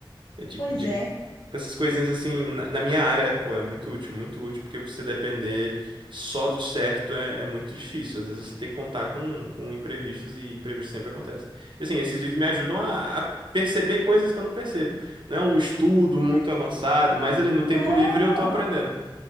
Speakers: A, on the right; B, on the left.
A: É de,
B: Pois
A: de
B: é.
A: essas coisinhas assim, na, na minha área, pô, é muito útil, muito útil, porque você depender só do certo é, é muito difícil. Às vezes você tem que contar com, com imprevistos e imprevistos sempre acontecem. E assim, esses vídeos me ajudam a, a perceber coisas que eu não percebo. Não é um estudo muito avançado, mas ali no
B: Não,
A: tempo livre eu tô aprendendo.